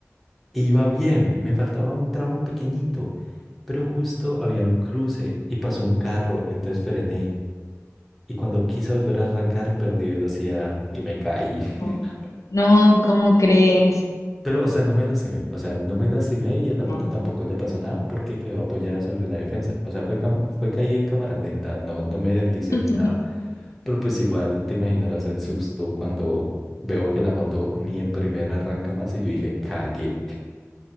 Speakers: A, in the centre; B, on the left.
A: E iba bien, me faltaba un tramo pequeñito, pero justo había un cruce y pasó un carro, entonces frené. Y cuando quise volver a arrancar, perdí velocidad y me caí. <laughs>
B: Oh, no, ¿cómo crees?
A: Pero, o sea, no me lastimé, o sea, no me lastimé y en la
B: No.
A: moto tampoco le pasó nada porque quedó apoyada sobre la defensa. O sea, fue, cam- fue caí en cámara lenta, no, no me deslicé
B: <laughs>
A: ni nada. Pero pues igual te imaginarás el susto cuando veo que la moto ni en primera arranca más y yo dije, cagué.